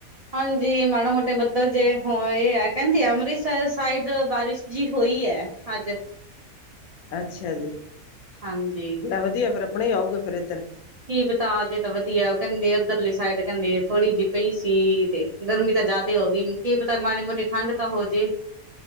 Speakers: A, on the right; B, on the left.
A: ਹਾਂਜੀ ਮਾੜਾ ਮੋਟੇ ਬੱਦਲ ਜੇ ਹੋਏ ਐ ਕੈਂਦੀ ਆ ਅੰਮ੍ਰਿਤਸਰ ਸਾਈਡ ਬਾਰਿਸ਼ ਜੀ ਹੋਈ ਐ ਅੱਜ।
B: ਅੱਛਾ ਜੀ
A: ਹਾਂਜੀ।
B: ਲੈ ਵਧੀਆ ਫਿਰ ਆਪਣੇ ਈ ਆਊਗਾ ਫਿਰ ਏਧਰ।
A: ਕੀ ਬਤਾ ਦੇ ਤਾਂ ਵਧੀਆ ਓ ਕੈਂਦੇ ਉੱਧਰਲੇ ਸਾਈਡ ਕੈਂਦੇ ਥੋੜੀ ਜੀ ਪਈ ਸੀ ਤੇ ਗਰਮੀ ਤਾਂ ਜਾਦਾ ਹੋਗੀ ਕੀ ਪਤਾ ਮਾੜੀ ਮੋਟੀ ਠੰਢ ਤਾਂ ਹੋਜੇ।